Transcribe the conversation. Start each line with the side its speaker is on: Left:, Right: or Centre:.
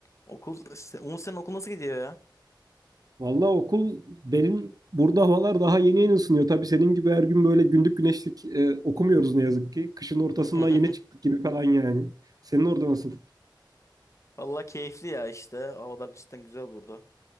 Left: Okul, se- Umut senin okul nasıl gidiyor ya?
Right: Vallahi okul benim burada havalar daha yeni yeni ısınıyor. Tabii senin gibi her gün böyle gündük güneşlik e, okumuyoruz ne yazık ki. Kışın ortasından
Left: <laughs>
Right: yeni çıktık gibi falan yani. Senin orada nasıl?
Left: Vallahi keyifli ya işte. Havalar cidden güzel burada.